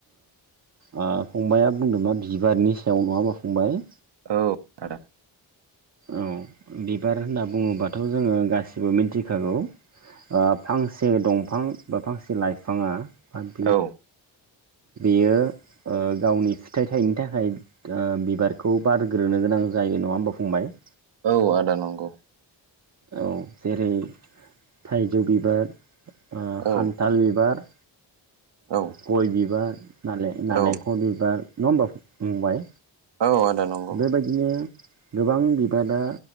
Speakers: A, on the right (about 40°); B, on the right (about 70°).
A: ओ फंबाया बुंदों मा बिबारनि सायाव नङा होनबा फंबाय।
B: औ आदा।
A: औ बिबार होनना बुङोबाथ' जोङो गासिबो मिथिखागौ ओ फांसे दंफां बा फांसे लाइफाङा <unintelligible>
B: औ
A: बेयो ओ गावनि फिथाइ थायनो थाखाय ओ बिबारखौ बारग्रोनो गोनां जायो नङा होनबा फंबाय।
B: औ आदा नंगौ।
A: औ जेरै थाइजौ बिबार ओ
B: औ
A: खान्थाल बिबार
B: औ
A: ओ गय बिबार नाले नारेंखल
B: औ
A: बिबार नंङा होनबा फंबाय।
B: औ आदा नंगौ
A: बे बायदिनो गोबां बिबारा